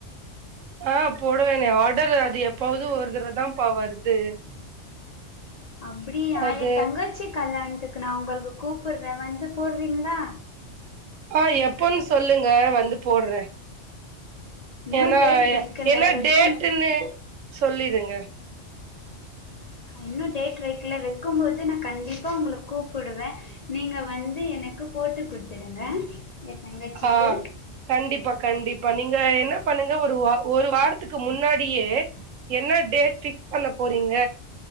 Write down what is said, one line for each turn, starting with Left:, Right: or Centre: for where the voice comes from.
Right: ஆ போடவேனே ஆர்டர் அது எப்பாது ஒரு தடவதாபா வருது
Left: அப்பிடியா
Right: அது
Left: ஏ தங்கச்சி கல்யாணத்துக் க்கு நா உங்களுக்கு கூப்புறே வந்து போறீங்களா
Right: ஆ எப்போன்னு சொல்லுங்க வந்து போடறே
Left: இன்னு
Right: ஏனா
Left: டேட் வெக்கல
Right: என்ன
Left: வெக்கும்
Right: டேட்டுன்னு சொல்லிருங்க
Left: இன்னு டேட் வைக்கல வைக்கும் போது நா கண்டிப்பா உங்களுக்கு கூப்புடுவே நீங்க வந்து எனக்கு போட்டு குடுத்துடுங்க எ தங்கச்சிக்கு
Right: ஆ கண்டிப்பா கண்டிப்பா நீங் க என்ன பண்ணுங்க ஒரு வா ஒரு வாரத்துக்கு முன்னாடியே என்ன டேட் ஃபிக்ஸ் பண்ண போறீங்க